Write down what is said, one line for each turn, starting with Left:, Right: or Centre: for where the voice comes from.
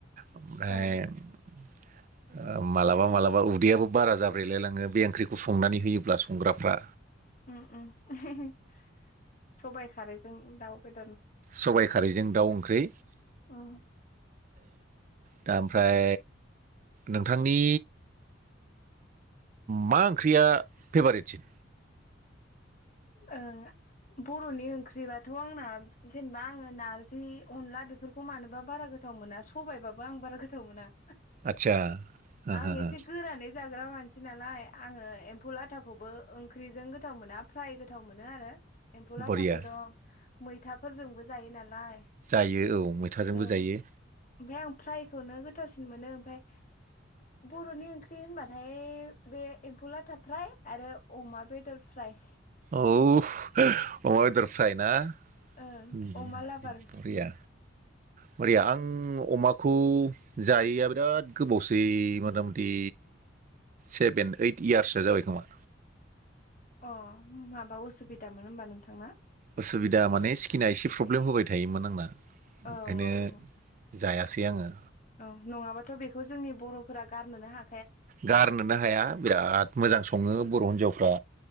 Right: ओमफ्राय
Left: औ
Right: ओ मालाबा मालाबा उदैयाबो बारा जाब्रेलायलाङो बे ओंख्रिखौ संनानै होयोब्ला संग्राफ्रा
Left: उम उम सबाय खारै जों दाउ बेद
Right: सबाइ खारैजों दाउ ओंख्रि
Left: उम
Right: दा ओमफ्राय नोंथांनि मा ओंख्रिया फेभारेटसिन
Left: ओं बर'नि ओंख्रिबाथ' आंना जेनेबा आङो नारजि अनला बेफोरखौ मानोबा बारा गोथ गोथाव मोना सबायबाबो आं बारा गोथाव मोना।
Right: आतसा ओ
Left: आं
Right: ओ
Left: एसे
Right: ओ
Left: गोरानै जाग्रा मानसि नालाय आङो एम्फौ आथाखौबो ओंख्रिजों गोथाव मोना। फ्राय गोथाव मोनो आरो एम्फौ लाथाखौथ'
Right: बरिया
Left: मैथाफोरजोंबो जायो नालाय
Right: जायो औ मैथाजोंबो
Left: ओं
Right: जायो
Left: ओमफ्राय आं फ्रायखौनो गोथावसिन मोनो। फ्राय बर'नि ओंख्रि होनबाथाय बे एम्फौ लाथा फ्राय आरो अमा बेदर फ्राय
Right: औ अमा बेदर फ्राय ना
Left: ओं
Right: उम
Left: अमा लाबार
Right: बरिया मोरै आं अमाखौ जायैआ बिराद गोबावसै मथा मथि सेभेन ओइट इयार्स सो जाबाय खोमा
Left: अ माबा असुबिदामोन होमबा नोंथां ना?
Right: असुबिदा माने स्किना एसे प्रब्लेम होबाय थायोमोन आंना
Left: औ
Right: ओंखायनो
Left: औ
Right: जायासै बे आङो
Left: औ नङाबाथ' बेखौ जोंनि बर'फोरा गारनोनो हा
Right: गारनोनो हाया बिराद मोजां सङो बर' हिनजावफ्रा।